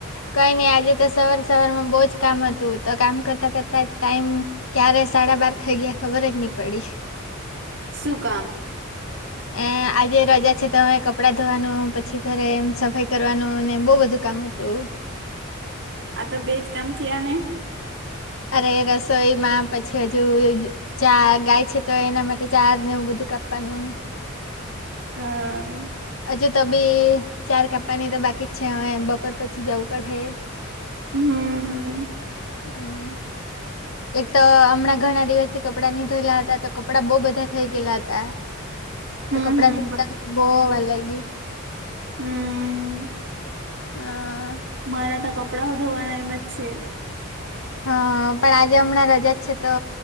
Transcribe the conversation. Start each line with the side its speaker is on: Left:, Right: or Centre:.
Left: કઈ નઈ આજે તો સવાર સવાર માં બહુજ કામ હતું તો કામ કરતા કરતા જ ટાઈમ ક્યારે સાડા બાર થઈ ગયા ખબર જ નહી પડી.
Right: શું કામ.
Left: <inaudible> એ આજે રજા છે તોમે કપડાં ધોવાનું પછી ઘરે એમ સફાઈ કરવાનું ને બહુ બધું કામ હતું.
Right: આ તો બેજ કામ થયા ને.
Left: અરે રસોઈ માં પછી હજુ ચા ગાય છે તો એના માટે ચાર ને એવું બધું કાપવાનું.
Right: હા.
Left: હજુ તો બી ચાર કાપપા ની તો બાકી જ છે હવે બપોર પછી જવું પડે.
Right: હમ્મ.
Left: હમ્મ. એક તો હમણાં ઘણા દિવસથી કપડા નીધયેલા હતા તો કપડા બઉ બધા થઇ ગયેલા હતા. તો
Right: હમ
Left: કપડા
Right: હમ
Left: ધતા જ બો વાર લાગી.
Right: હમ્મ.
Left: હા.
Right: મારા તો કપડાઓ ધોવાના એમ જ છે.
Left: હા પણ આજે હમણાં રજા જ છે તો